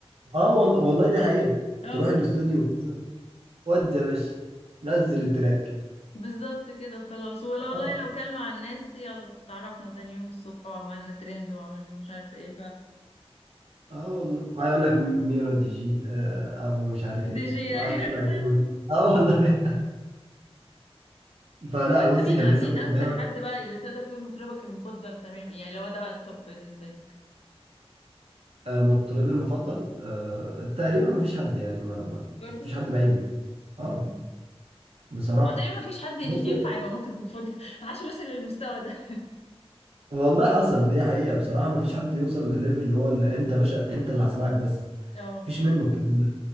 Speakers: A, on the right; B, on the left.
A: أه والله والله دي حقيقة
B: اه
A: تروح الاستوديو بتاع، ودي يا باشا نزل التراك
B: بالظبط كده وخلاص ولا والله
A: أه
B: لو كلمة على الناس يلا تعرفنا تاني يوم الصبح وعملنا ترند وعملنا مش عارفة ايه ف
A: أه والله وهيقول لك ميرا دي جي آه، أبو مش عارف
B: دي
A: إيه
B: جي
A: وقعدت
B: أيوة.
A: تبقى الدنيا ماشية.
B: <laughs>
A: أه والله <laughs> فلا
B: طب انت
A: بصي
B: مين
A: كان لسه
B: مين
A: في أغنية
B: اكتر حد بقى اللي تقدر تقول مطربك المفضل تمام يعني لو ده بقى التوب بالنسبة لك
A: آه، مطربي المفضل آه، تقريبا ما فيش حد يعني ما ما
B: برضو
A: فيش حد بعينه اه
B: امم
A: بصراحة
B: هو تقريبا مفيش حد <laughs>
A: بص
B: ينفع يبقى مطرب مفضل <laughs> ما حدش وصل للمستوى ده
A: والله حصل دي حقيقة بصراحة ما فيش حد يوصل لليفل اللي هو اللي انت باشا انت اللي هسمعك بس
B: <laughs> اه
A: مفيش منه الكلام ده